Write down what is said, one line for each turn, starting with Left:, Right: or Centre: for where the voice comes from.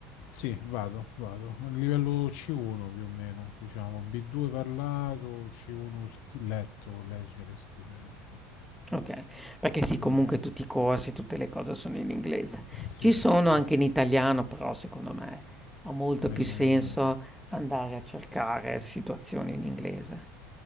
Left: Sì, vado, vado. A livello C1 più o meno, diciamo. B2 parlato, C1 sc- letto, leggere e scrivere, diciamo,
Centre: Okay, perché sì,
Left: più
Centre: comunque
Left: o meno.
Centre: tutti i corsi, tutte le cose sono in inglese.
Left: Sì,
Centre: Ci sono
Left: sì,
Centre: anche in italiano, però secondo me ha molto
Left: meglio
Centre: più senso
Left: in inglese.
Centre: andare a cercare situazioni in inglese.